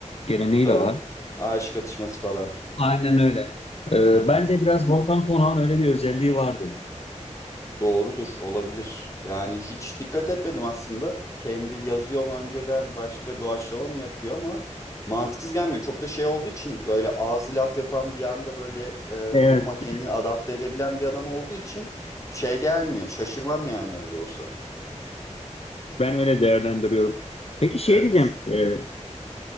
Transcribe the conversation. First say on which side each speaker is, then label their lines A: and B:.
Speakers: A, on the left; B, on the left.
A: geleneği
B: Tabii.
A: de var.
B: Ağaç katışması falan.
A: Aynen öyle. Ee,
B: Hı hı.
A: bence biraz Volkan Konak'ın öyle bir özelliği vardı.
B: Doğrudur, olabilir. Yani hiç dikkat etmedim aslında. Kendi yazıyor mu önceden, başka doğaçlama mı yapıyor ama mantıksız gelmiyor. Çok da şey olduğu için böyle ağzı laf yapan bir anda böyle e,
A: Evet,
B: duruma kendini adapte edebilen bir adam olduğu için şey gelmiyor. Şaşırmam yani öyle olsa.
A: ben öyle değerlendiriyorum. Peki şey
B: Evet.
A: diyeceğim, e,